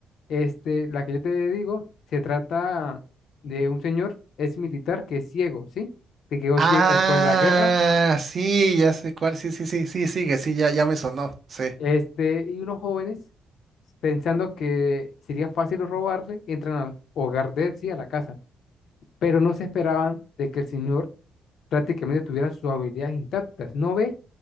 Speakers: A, on the left; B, on the right.
A: Este, la que yo te digo, se trata de un señor, es militar que es ciego, ¿sí? Que quedó
B: Ah,
A: ciego después de la guerra
B: sí, ya sé cuál. Sí, sí, sí, sí, sigue, sí, ya, ya me sonó. Sí.
A: Este, y unos jóvenes, pensando que sería fácil robarle, entran al hogar de él, sí, a la casa, pero no se esperaban de que el señor prácticamente tuviera sus habilidades intactas. No ve,